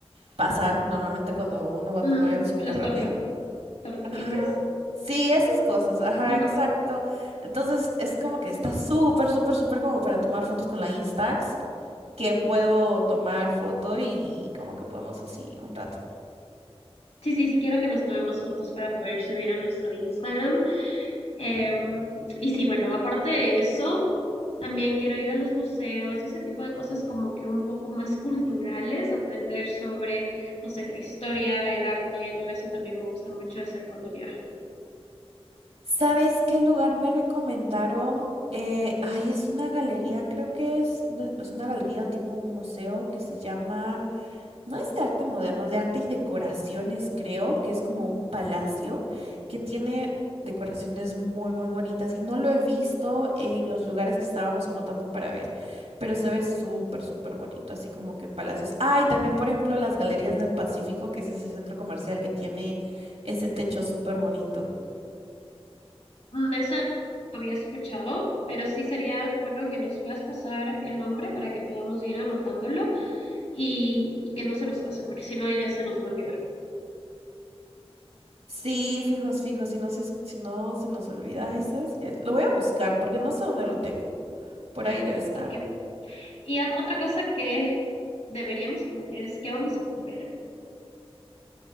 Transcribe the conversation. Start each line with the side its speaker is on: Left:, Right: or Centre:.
Right: pasar normalmente cuando uno va a
Left: Ujú,
Right: tomar el subterráneo.
Left: Los torni- torniquetes.
Right: Ajá. Sí, esas cosas, ajá,
Left: Ujú.
Right: exacto. Entonces es como que está súper, súper, súper como para tomar fotos con la Instax. que puedo tomar foto y como que podemos así un rato.
Left: Sí, sí, sí, quiero que nos tomemos fotos para poder subir a nuestro Instagram. Em, y sí, bueno, aparte de eso, también quiero ir a los museos y ese tipo de cosas como que un poco más culturales, aprender sobre, no sé, la historia, el arte, todo eso también me gusta mucho hacer cuando viajo.
Right: ¿Sabes qué lugar me recomendaron? Eh, ay, es una galería, creo que es, de- es una galería o tipo un museo que se llama No es de arte moderno, de arte y decoraciones, creo, que es como un palacio que tiene decoraciones muy, muy bonitas y no lo he visto en los lugares que estábamos anotando para ver, pero se ve súper, súper bonito, así como que palacios. Ah, y también, por ejemplo, las Galerías del Pacífico, que es ese centro comercial que tiene ese techo súper bonito.
Left: Mm, esa no había escuchado, pero sí sería bueno que nos puedas pasar el nombre para que podamos ir anotándolo y, y que no se nos pase, porque si no ya se nos va a olvidar.
Right: Sí, fijos, fijos, si no, se es- si no se nos olvida, ay, ¿sabes qué? Lo voy a buscar porque no sé dónde lo tengo. Por ahí debe estar.
Left: Ok. Y a- otra cosa que deberíamos planear es qué vamos a comer.